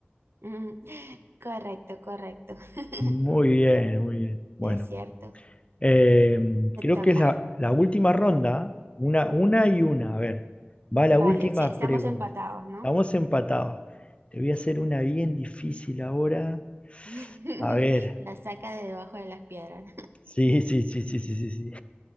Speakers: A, on the right (about 75°); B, on the left (about 30°).
A: Mm, <laughs> correcto, correcto. <laughs>
B: Muy bien, muy bien. Bueno,
A: Es cierto.
B: Eh,
A: Te
B: creo
A: toca.
B: que es la, la última ronda, una, una y una. A ver, va la
A: Vale,
B: última
A: sí, estamos
B: pregunta.
A: empatados, ¿no?
B: Estamos empatados. Te voy a hacer una bien difícil ahora.
A: <laughs>
B: A ver,
A: La saca de debajo de las piedras.
B: sí, sí, sí, sí, sí, sí. sí.